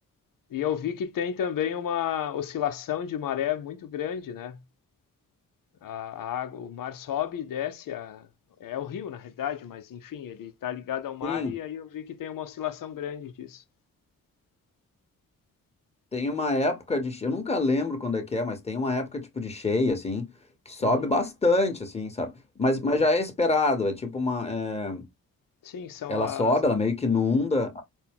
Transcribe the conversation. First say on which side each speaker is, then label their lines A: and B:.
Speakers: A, on the left; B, on the left.
A: E eu vi que tem também uma oscilação de maré muito grande, né? A, a água, o mar sobe e desce, a- é o rio, na realidade, mas enfim, ele está ligado ao mar
B: Sim.
A: e aí eu vi que tem uma oscilação grande disso.
B: Tem uma época de, che- eu nunca lembro quando é que é, mas tem uma época tipo de cheia assim, que sobe
A: Uhum.
B: bastante assim, sabe? Mas, mas já é esperado, é tipo uma, é,
A: Sim, são
B: ela
A: as.
B: sobe, ela meio que inunda,